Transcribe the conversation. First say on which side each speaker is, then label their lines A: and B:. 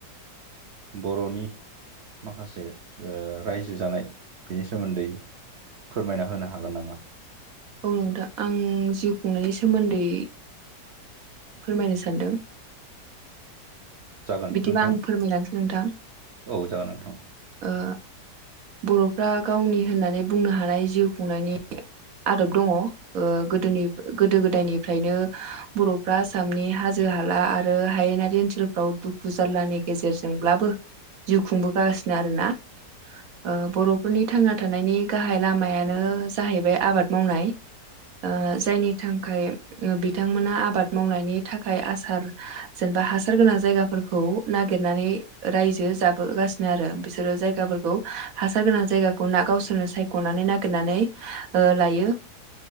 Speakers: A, on the right; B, on the right.
A: बर'नि माखासे ओ रायजो जानाय बेनि सोमोन्दै फोरमायना होनो हागोन नामा?
B: औ नोंथा आं जिउ खुंनायनि सोमोन्दै फोरमायनो सानदों
A: जागोन
B: बिदिबा
A: नोंथां
B: आं फोरमायलांसै नोंथां
A: औ जागोन नोंथां
B: ओ बर'फ्रा गावनि होननानै बुंनो हानाय जिउ खुंनायनि आदब दङ' ओ गोदोनि गोदो-गोदायनिफ्रायनो बर'फ्रा आसामनि हाजो-हाला आरो हायेनारि ओनसोलफ्राव दुखु जारलानि गेजेरजोंब्लाबो जिउ खुंबोगासिनो आरोना ओ बर'फोरनि थांना थानायनि गाहाय लामायानो जाहैबाय आबाद मावनाय ओ जायनि थांखाय बिथांमोना आबाद मावनायनि थाखाय आसार जेनबा हासार गोनां जायगा फोरखौ नागिरनानै रायजो जाबोगासिनो आरो बिसोरो जायगाफोरखौ हासार गोनां जायगाखौ ना गावसोरनो सायख' गनानै नागिरनानै ओ लायो